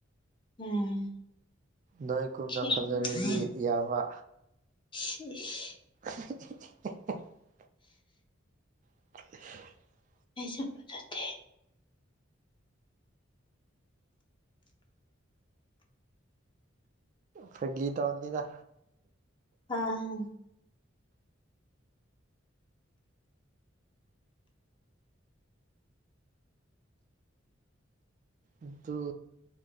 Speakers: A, on the left; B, on the right.
A: ꯎꯝ
B: ꯅꯣꯏꯒꯨꯝꯅ
A: ꯊꯤꯔꯝꯃꯣꯏꯗ
B: ꯐꯖꯔꯗꯤ ꯌꯥꯕ
A: <unintelligible>
B: <unintelligible> <unintelligible> <inaudible>
A: ꯑꯩꯁꯨ <unintelligible> ꯖꯗꯦ
B: ꯐ ꯒꯤꯇꯧ ꯅꯤꯗ
A: ꯑꯥꯝ <unintelligible>
B: ꯥꯇꯨ